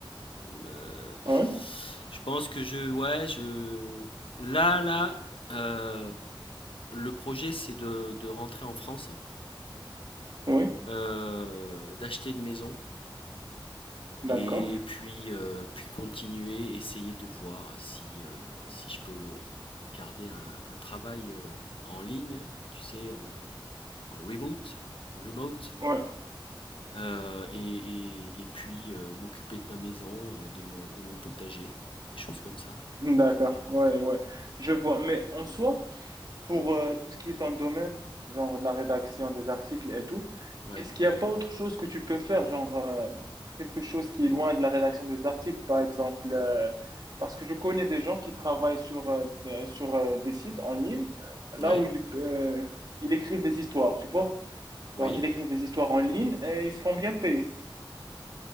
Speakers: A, on the left (about 80°); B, on the right (about 50°).
A: Heu,
B: Ouais,
A: je pense que je ouais, je là là, heu, le projet, c'est de de rentrer en France,
B: ouais,
A: heu, d'acheter une maison
B: d'accord,
A: et puis, heu, puis continuer, essayer de voir si, heu, si je peux, euh, garder un un travail, heu, en ligne, tu sais, en en remote remote,
B: ouais,
A: heu et et et puis, heu, m'occuper de ma maison, heu, de mon de mon potager, des choses comme ça.
B: <laughs> d'accord, ouais, ouais, je vois. Mais en soi, pour euh, tout ce qui est en domaine, genre de la rédaction des articles et tout,
A: Ouais.
B: est-ce qu'il n'y a pas autre chose que tu peux faire, genre euh, quelque chose qui est loin de la rédaction des articles, par exemple, euh, parce que je connais des gens qui travaillent sur, euh, euh, sur euh, des sites en ligne, euh,
A: Ouais,
B: là où ils, euh, ils écrivent des histoires, tu vois?
A: oui.
B: Genre, ils écrivent des histoires en ligne et ils se font bien payer.